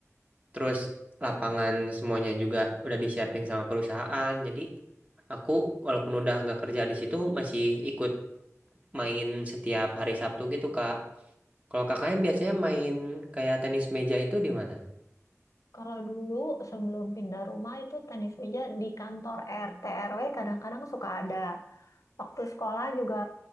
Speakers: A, on the right (about 25°); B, on the left (about 80°).
A: terus lapangan semuanya juga udah disiapin sama perusahaan. Jadi aku walaupun udah nggak kerja di situ masih ikut main setiap hari Sabtu gitu, Kak. Kalau kakaknya biasanya main kayak tenis meja itu di mana?
B: Kalau dulu sebelum pindah rumah itu tenis meja di kantor RT RW kadang-kadang suka ada. Waktu sekolah juga,